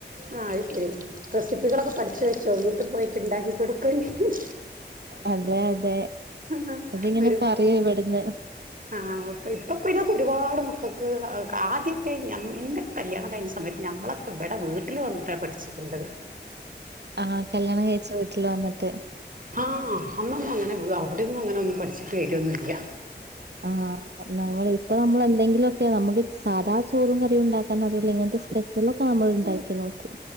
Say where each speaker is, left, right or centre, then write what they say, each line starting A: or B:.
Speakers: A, on the right; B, on the right.
A: ആ ഇല്ലേ റെസിപ്പികളൊക്കെ പഠിച്ചുവെച്ചൊ വീട്ടി പോയിട്ട്ണ്ടാക്കി കൊട്ക്കെണ്ടേരും
B: അതേ അതെ.
A: ആഹ്
B: അതിങ്ങനെ
A: ഒരുപാട്
B: പറയും ഇവിടുന്ന്
A: ആഹ് ഇപ്പപിന്നെ ഒരുപാട് മക്ക ക്ക് ആദ്യക്കെ എൻ്റെക്കെ കല്യാണം കഴിഞ്ഞ സമയത്ത് ഞമ്മളൊക്കെവ്ടെ വീട്ടില് വന്നിട്ടാ പഠിച്ച്ക്ണ്ടത്.
B: ആഹ് കല്യാണംകയ്ച്ച വീട്ടില് വന്ന്ട്ട്
A: ആഹ് അന്നൊന്നും അവിടിന്നങ്ങനെപഠിച്ച് ശീലൊന്നൂല്ല്യാ..
B: ആഹ് ആഹ് നമ്മളെയിപ്പനമ്മളെന്തെങ്കിലൊക്കെ നമുക്ക് സാധാചോറുംകറിയുണ്ടാക്കാനറിയുലെങ്കിൽ ഇങ്ങൻത്തെ സ്ഥലത്തെ <unintelligible> നമ്മള്ണ്ടാക്കി നോക്കും.